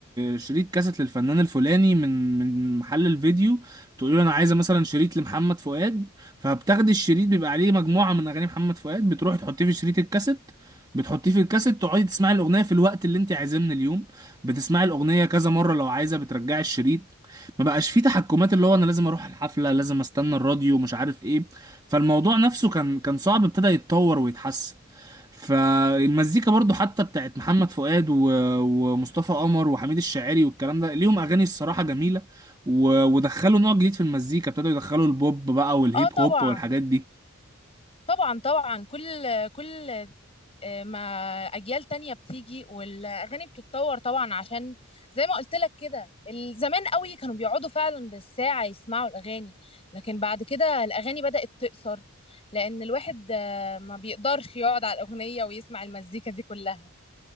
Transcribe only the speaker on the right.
شريط كاسيت للفنان الفلاني من من محل الفيديو تقولي له انا عايزه مثلا شريط لمحمد فؤاد فبتاخدي الشريط بيبقى عليه مجموعه من اغاني محمد فؤاد بتروحي تحطيه في شريط الكاسيت بتحطيه في الكاسيت تقعدي تسمعي الاغنيه في الوقت اللي انت عايزاه من اليوم بتسمعي الاغنيه كذا مره لو عايزه بترجعي الشريط ما بقاش فيه تحكمات اللي هو انا لازم اروح الحفله لازم استنى الراديو مش عارف ايه فالموضوع نفسه كان كان صعب ابتدى يتطور ويتحسن فالمزيكا برضو حتى بتاعت محمد فؤاد و- ومصطفى قمر وحميد الشاعري والكلام ده ليهم اغاني الصراحه جميله و- ودخلوا نوع جديد في المزيكا ابتدوا يدخلوا البوب بقى والهيب
هوب والحاجات دي